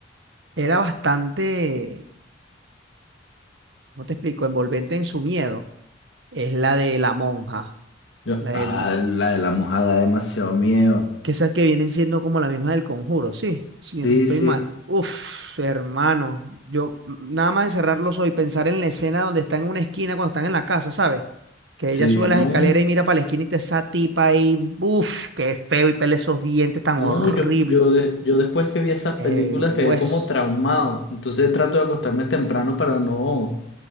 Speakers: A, on the right; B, on the left.
A: era bastante, ¿cómo te explico? Envolvente en su miedo, es la de la monja,
B: Yo,
A: la del
B: ah, la de la mojada da demasiado miedo.
A: que esas que vienen siendo como las mismas del conjuro, sí, si
B: Sí,
A: no estoy
B: sí.
A: mal. Uf, hermano, yo mm, nada más de cerrar los ojos y pensar en la escena donde está en una esquina cuando están en la casa, ¿sabes? Que
B: Sí,
A: ella sube las
B: no,
A: escaleras y mira para la esquina y te esa tipa ahí, uf, qué feo y pele esos dientes tan
B: no,
A: horrible.
B: yo, yo, de- yo después que vi esas películas
A: El hueso.
B: quedé como traumado. Entonces trato de acostarme temprano para no,